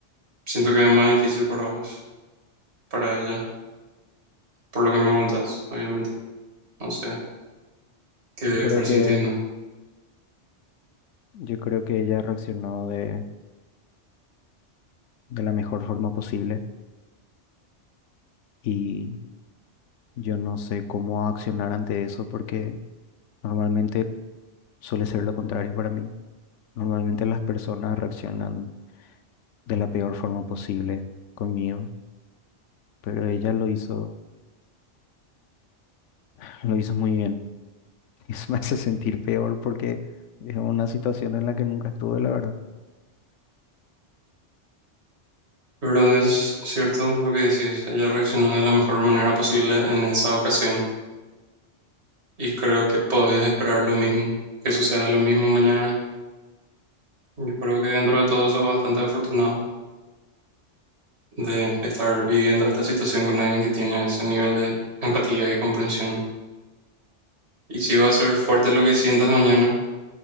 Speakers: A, on the right (about 65°); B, on the left (about 85°).
A: Siento que es más difícil para vos, para ella, por lo que me contás, obviamente. no sé qué
B: Yo
A: debe
B: creo
A: estar
B: que,
A: sintiendo.
B: yo creo que ella reaccionó de, de la mejor forma posible y yo no sé cómo accionar ante eso porque normalmente suele ser lo contrario para mí. Normalmente las personas reaccionan de la peor forma posible conmigo, pero ella lo hizo, <laughs> lo hizo muy bien. <laughs> Eso me hace sentir peor porque es una situación en la que nunca estuve, la verdad.
A: Pero es cierto lo que decís, ella reaccionó de la mejor manera posible en esa ocasión y creo que podés esperar lo mismo, que suceda lo mismo mañana. Yo creo que dentro de todo soy bastante afortunado de estar viviendo esta situación con alguien que tiene ese nivel de empatía y comprensión. Y sí va a ser fuerte lo que sientas mañana,